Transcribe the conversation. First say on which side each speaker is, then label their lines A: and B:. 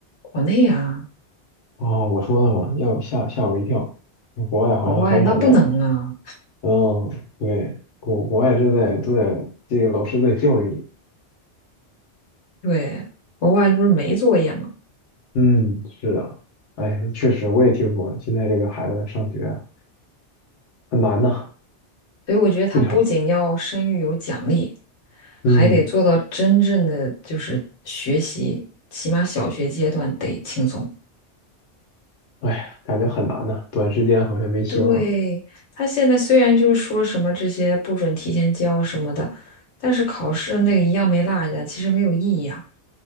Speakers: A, on the left; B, on the left.
A: 国内啊，
B: 哦，我说的嘛，要吓吓我一跳。国外好像很少这样。
A: 国外那不能啊，
B: 嗯，对，国国外这在都在这个老师在教育你。
A: 对，国外这不是没作业吗？
B: 嗯，是的。哎，确实我也听说了，现在这个孩子上学啊很难呐，
A: 所以我觉得他不仅要声誉有奖励，
B: 会场。嗯，
A: 还得做到真正的就是学习，起码小学阶段得轻松。
B: 哎呀，感觉很难呐，短时间好像没希望。
A: 对，他现在虽然就是说什么这些不准提前交什么的，但是考试那个一样没落下，其实没有意义啊，